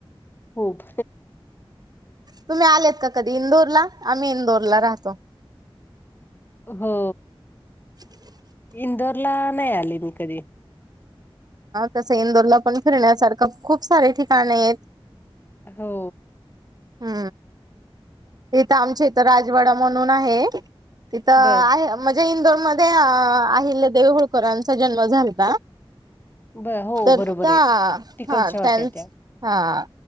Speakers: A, on the left; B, on the right.
A: खूप
B: तुम्ही आलेत का कधी इंदोरला आम्ही इंदोरला राहतो
A: हू
B: <inaudible>
A: इंदोरला नाही आले मी कधी
B: तस इंदोरला पण फिरण्यासारखं खूप सारे ठिकाण आहेत
A: हो
B: हू इथं आमच्या इथ राजवाडा म्हणून आहे तिथं आहे
A: बरं,
B: म्हणजे इंदोरमध्ये अहिल्यादेवी होळकरांचा जन्म झालता
A: बरं. हो
B: तर
A: बरोबर
B: त्या
A: आहे. तिकडच्या
B: हा त्यांच
A: होत्या त्या.
B: हा